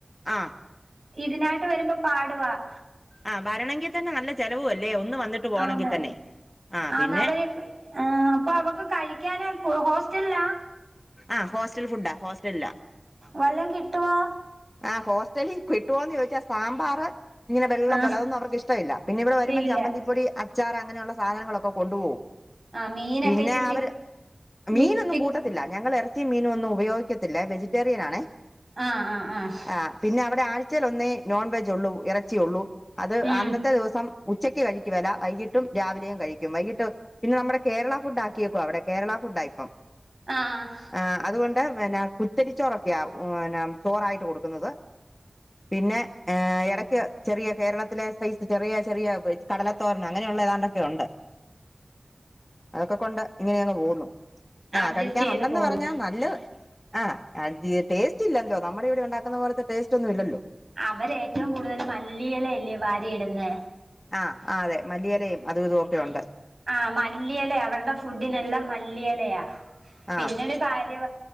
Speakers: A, on the left; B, on the right.
A: ആ
B: ഇതിനായിട്ട് വരുമ്പോ പാടുവാ-
A: ആഹാ ണെങ്കിൽ തന്ന നല്ല- ചിലവവും അല്ലേ ഒന്ന് വന്നിട്ട്. പോണെങ്കിൽ
B: ആന്ന
A: തന്നെ ആ
B: ആഹാ
A: പിന്നെ
B: അവരൊക്കെ- ആഹ് അപ്പോ അവക്ക് കഴിക്കാന- ഹോസ്റ്റല ആഹ്,
A: ആഹ് ഹോസ്റ്റൽ ഫുഡ്‌ ആഹ്, ഹോസ്റ്റലിലാ.
B: വല്ലം കിട്ടുവാ.
A: ആഹ് ഹോസ്റ്റലിൽ കിട്ടുവോന്ന്- ചോദിച്ചാ സാമ്പാർ- ഇങ്ങനെ വെള്ളപ്പോ
B: ആ
A: അതൊന്നും, അവർക്ക്ഷ്ടില്ല. പിന്നെ ഇവിടെ വരുമ്പം
B: ഇല്ല
A: ചന്തിപ്പൊടി, അച്ചാറ് അങ്ങനെയുള്ള സാധനങ്ങളൊക്കെ കൊണ്ടുപകും.
B: ആ മീനൊക്കെ
A: പിന്നെ
B: ഇച്ചിരി പി
A: അവര് മീനൊന്നും
B: മിക് പിക്
A: കൂട്ടത്തില്ല. ഞങ്ങൾ ഇറച്ചി, മീന ഒന്നും- ഉപയോഗിക്കത്തില്ലവെജിറ്റേറിയൻ ആണേ.
B: ആഹ്, ആഹ്, ആഹ്.
A: ആ പിന്നെ അവിടെ ആഴ്ചൽ ഒന്നേ നോൺവെജ് ഉള്ളൂ, ഇറച്ചിയള്ളൂ അത്
B: ഉം
A: അന്നത്തെ ദിവസം- ഉച്ചയ്ക്ക് കഴിക്കുംല്ല വൈകിട്ടും, രാവിലെയും കഴിക്കും. വൈകിട്ട് പിന്നെ നമ്മുടെ കേരള ഫുഡ്- ആക്കിയക്കും അവിടെ. കേരള ഫുഡ് ഇപ്പം.
B: ആഹാ.
A: ആ അതുകൊണ്ട് എന്നാ- കുത്തരിച്ചോറൊക്കെയാ, ചോറായിട്ട് കൊടുക്കുന്നത്. പിന്നെ ഹ ഇടക്ക് ചെറിയ, കേരളത്തിലെ സൈസ് ചെറിയ, ചെറിയ ഉപോഗ- കടലത്തോരന് അങ്ങനെയുള്ള ഏതാണ്ടൊക്കെ ഉണ്ട്.
B: <inaudible>
A: അതൊക്കെ കൊണ്ട് ഇങ്ങനെ അങ്ങ് പോവുന്നു. ആഹാ
B: അഡ്ജസ്റ്റ്
A: കഴികാ
B: ചെയ്ത്
A: നുണ്ടെന്ന്
B: പോന്ന്
A: പറഞ്ഞാ നല്ലത്. ആഹാ ആഹാ ടേസ് ഇല്ലല്ലോ, നമ്മുടെ ഇവിടെ ഉണ്ടാക്കുന്ന- പോലത്തെ ടേസ്റ്റ് ഒന്നുല്ലല്ലോ.
B: അവര് ഏറ്റവും കൂടുതൽ മല്ലിയലല്ലേ വാരിയിടുന്നേ.
A: ആ, ആ, അതെ മല്ലിയലയും അതു- ഇതുഒക്കെ ഉണ്ട്.
B: ആ മല്ലില അവരുടെഫുഡിനെല്ലാം മല്ലിയലയയാ പിന്നൊരു-
A: ആഹ്
B: കാര്യ